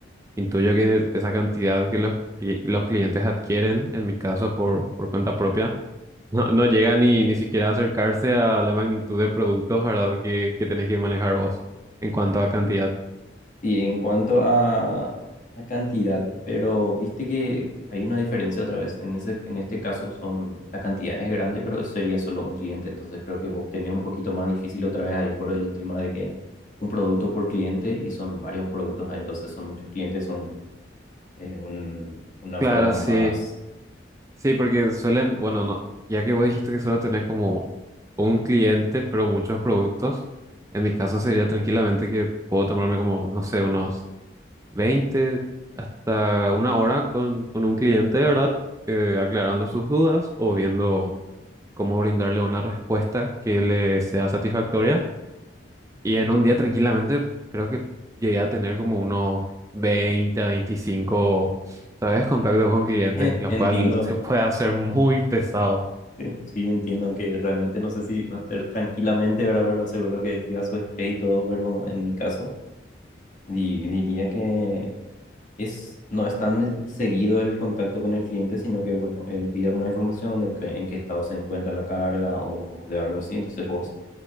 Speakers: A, on the right (about 15°); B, on the left (about 40°).
A: Intuyo que esa cantidad que los, cli- los clientes adquieren, en mi caso por, por cuenta propia, <laughs> no, no llega ni, ni siquiera a acercarse a la magnitud de productos, ¿verdad? Que, que tenés que manejar vos en cuanto a cantidad.
B: Y en cuanto a, a cantidad, pero viste que hay una diferencia otra vez. En ese, en este caso son, la cantidad es grande, pero eso sería solo un cliente. Entonces creo que vos tenés un poquito más difícil otra vez ahí por el tema de que un producto por cliente y son varios productos, ah, entonces son muchos clientes, son es un, una
A: Claro,
B: forma
A: sí.
B: más,
A: Sí, porque suelen, bueno, no, ya que vos dijiste que solo tenés como un cliente, pero muchos productos, en mi caso sería tranquilamente que puedo tomarme como, no sé, unos 20 hasta una hora con, con un cliente, ¿verdad? Eh, aclarando sus dudas o viendo cómo brindarle una respuesta que le sea satisfactoria. Y en un día tranquilamente creo que llegué a tener como unos veinte a veinticinco ¿sabes? Contactos con clientes,
B: <laughs>
A: lo
B: entiendo,
A: cual <laughs> se puede hacer muy pesado.
B: eh, sí entiendo, aunque realmente no sé si va a ser tranquilamente, ¿verdad? Pero seguro que lleva su estrés y todo, pero en mi caso di- diría que... es, no es tan de- seguido el contacto con el cliente, sino que, bueno, él pide alguna información de que- en qué estado se encuentra la carga o de algo así. Entonces vos,